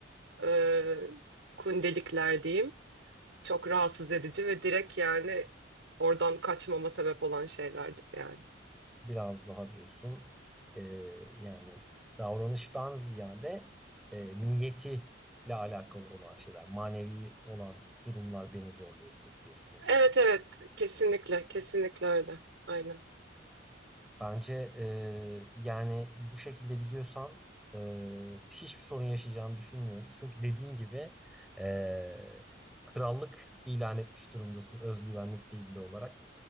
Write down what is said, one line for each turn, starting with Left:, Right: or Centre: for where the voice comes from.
Right: e, kundelikler diyeyim. Çok rahatsız edici ve direkt yani oradan kaçmama sebep olan şeylerdi yani.
Centre: Biraz daha diyorsun e, yani davranıştan ziyade e, niyetiyle alakalı olan şeyler, manevi olan durumlar beni zorlayabilir diyorsun o zaman.
Right: Evet evet kesinlikle kesinlikle öyle. Aynen.
Centre: Bence e, yani bu şekilde gidiyorsan e, hiçbir sorun yaşayacağını düşünmüyorum. Çünkü dediğim gibi e, krallık ilan etmiş durumdasın özgüvenlikle ilgili olarak.